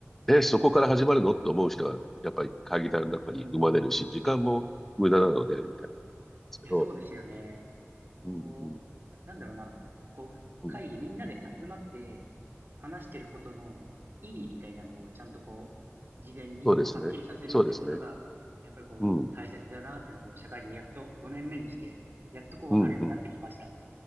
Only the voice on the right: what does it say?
うんうん。い
や、そうですよね。こう、
ななんだろうな、こう、
会議みんなで集まって話してることの意味みたいなのをちゃんとこう、事前にこうはっきりさせるっていうことが、
やっぱりこう、
大切だなっていうのをこう、社会人やっと5年目にして、やっとこう分かるようになってきました。